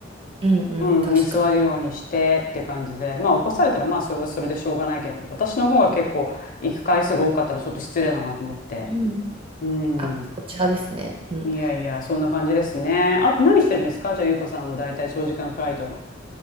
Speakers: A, on the right (about 30°); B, on the left (about 45°).
A: うんうん、
B: うん、
A: 確かに。
B: に座るようにしてって感じで、まあ起こされたらまあそれはそれでしょうがないけど、私の方が結構行く回数が多かったらちょっと失礼だなと思って。
A: うん。
B: うん。
A: あ、こっち派ですね。うん
B: いやいや、そんな感じですね。あと何してるんですかじゃあ、ゆうこさんはだいたい長時間フライト。